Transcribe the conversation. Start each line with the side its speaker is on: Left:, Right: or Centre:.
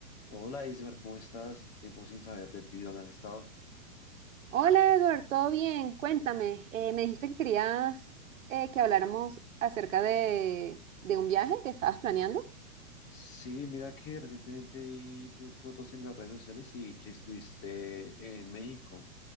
Left: Hola Ismer, ¿cómo estás? Tiempo sin saber de ti, ¿dónde has estado?
Right: Hola Edward, ¿todo bien? Cuéntame, eh, me dijiste que querías eh, que habláramos acerca de, de un viaje que estabas planeando.
Left: Sí, mira que recientemente vi tus fotos en las redes sociales y que estuviste en México.